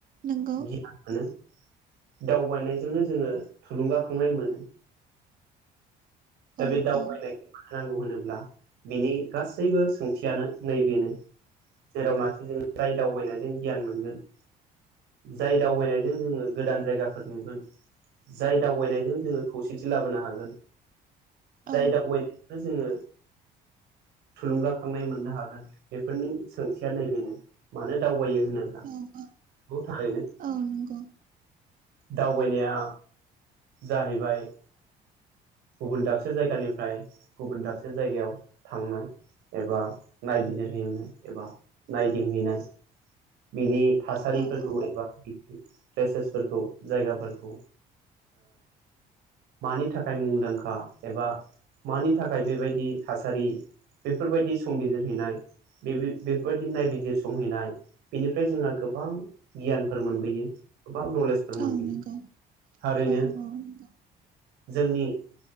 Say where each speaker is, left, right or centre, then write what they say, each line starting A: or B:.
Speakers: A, on the right; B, on the right.
A: नंगौ
B: गियान मोन दावबायनायजोंनो जोङो थुलुंगाखांनाय मोनो दा
A: औ
B: बे दावबायनायखौ
A: औ
B: मांगौ होनोब्ला बिनि गासैबो सोंथियानो नैबेनो जेरावनाखि जोङो राय दावबायनायजों गियान मोनगोन जाय दावबायनायजों जोङो गोदान जायगाफोर नुगोन जाय दावबायनायजों जोङो खौसेथि लाबोनो हागोन जाय
A: औ
B: दावबायनायावनो जोङो थुलुंगाखांनाय मोननो हागोन बेफोरनि सोंथिया नैबेनो मानो दावबायो होनोब्ला बेखौ
A: औ औ
B: थारैनो
A: औ नंगौ
B: दावबायनाया जाहैबाय गुबुन दाबसे जायगानिफ्राय गुबुन दाबसे जायगायाव थांनाय एबा नायबिजिरहैनाय एबा नायदिंहैनाय बिनि थासारिफोरखौ
A: औ औ
B: एबा प्लेसेसफोरखौ जायगाफोरखौ मानि थाखाय थाखाय मुंदांखा एबा मानि थाखाय बेबायदि थासारि बेफोरबायदि संबिजिरहैनाय बे बेफोरबायदि नायबिजिर संहैनाय बेनिफ्राय जोंहा गोबां गियानफोर मोनबोयो गोबां नलेज फोर मोनयो
A: औ नंगौ
B: थारैनो
A: औ औ नंगौ
B: <inaudible>